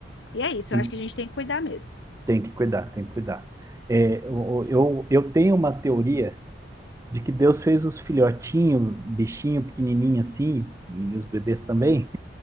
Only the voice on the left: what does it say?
E é isso,
eu acho que a gente tem que cuidar mesmo.